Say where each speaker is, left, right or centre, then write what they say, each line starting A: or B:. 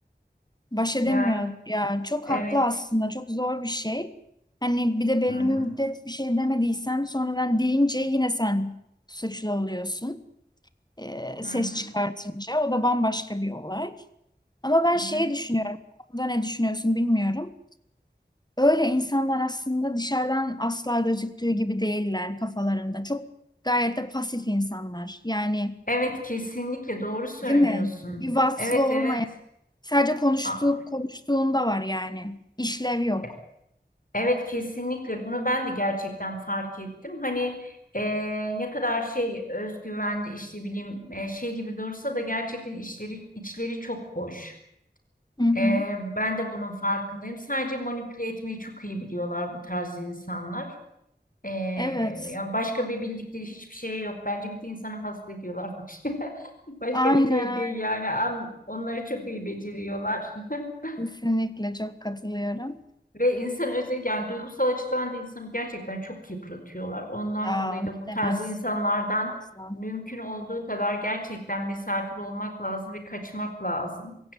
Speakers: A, on the left; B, on the left.
A: baş edemiyor
B: Yani
A: ya çok
B: evet.
A: haklı aslında çok zor bir şey. Hani bir de belli
B: Hı hı,
A: bir müddet bir şey demediysen sonradan deyince yine sen suçlu oluyorsun. Ee, ses
B: hı hı,
A: çıkartınca o da bambaşka bir olay. Ama ben
B: hı
A: şeyi
B: hı.
A: düşünüyorum. bu konuda ne düşünüyorsun bilmiyorum. Öyle insanlar aslında dışarıdan asla gözüktüğü gibi değiller kafalarında. Çok gayet de pasif insanlar. Yani
B: Evet kesinlikle doğru söylüyorsun.
A: değil mi? Bir vasfı
B: Evet
A: olmayan
B: evet.
A: Sadece konuştuğu,
B: A-
A: konuştuğunda var yani. İşlev yok.
B: e, Evet kesinlikle bunu ben de gerçekten fark ettim. Hani e, ne kadar şey özgüvenli işte bileyim e, şey gibi dursa da gerçekten işleri içleri çok boş.
A: Hı hı.
B: E, ben de bunun farkındayım. Sadece manipüle etmeyi çok iyi biliyorlar bu tarz insanlar. E,
A: Evet.
B: ya başka bir bildikleri hiçbir şey yok. Bence bir de insanı hasta ediyorlar. <laughs> Başka
A: Aynen.
B: bir şey
A: aynen.
B: değil yani. An- Onları çok iyi beceriyorlar. <laughs>
A: Kesinlikle çok katılıyorum.
B: Ve insan özel yani duygusal açıdan da insanı gerçekten çok yıpratıyorlar. Ondan
A: Ya
B: dolayı
A: ne
B: da bu
A: demezsin
B: tarz insanlardan
A: çok fazla.
B: mümkün olduğu kadar gerçekten mesafeli olmak lazım ve kaçmak lazım.